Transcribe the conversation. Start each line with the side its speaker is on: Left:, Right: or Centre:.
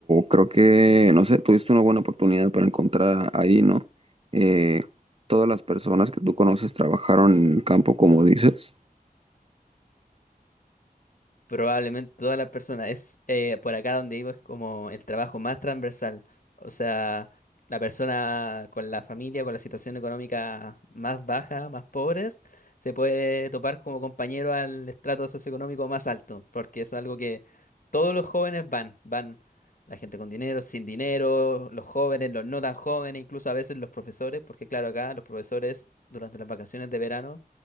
Right: creo que, no sé, tuviste una buena oportunidad para encontrar ahí, ¿no? Eh, todas las personas que tú conoces trabajaron en el campo, como dices.
Left: Probablemente todas las personas. Es eh, por acá donde vivo es como el trabajo más transversal. O sea, la persona con la familia, con la situación económica más baja, más pobres, se puede topar como compañero al estrato socioeconómico más alto, porque eso es algo que todos los jóvenes van, van. La gente con dinero, sin dinero, los jóvenes, los no tan jóvenes, incluso a veces los profesores, porque claro, acá los profesores durante las vacaciones de verano,